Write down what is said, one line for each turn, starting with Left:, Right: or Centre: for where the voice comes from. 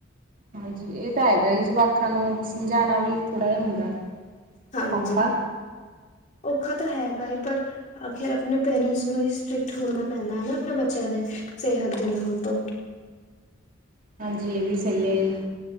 Right: ਹਾਂਜੀ ਇਹ ਤਾਂ ਹੈਗਾ ਈ ਜਵਾਕਾਂ ਨੂੰ ਸਮਝਾਣਾ ਵੀ ਥੋੜ੍ਹਾ ਜਾ ਹੁੰਦਾ।
Left: ਹਾਂਜੀ
Right: ਔਖਾ
Left: ਔਖਾ ਤਾਂ ਹੈਗਾ ਈ ਪਰ ਆਖਿਰ ਆਪਣੇ ਪੇਰੈਂਟਸ ਨੂੰ ਈ ਸਟ੍ਰਿਕਟ ਹੋਣਾ ਪੈਂਣਾ ਐ ਨਾ ਆਪਣੇ ਬੱਚਿਆਂ ਦੇ ਸਿਹਤ ਦੇ ਨਾਮ ਤੋਂ।
Right: ਹਾਂਜੀ ਇਹ ਵੀ ਸਈ ਐ ਜੀ।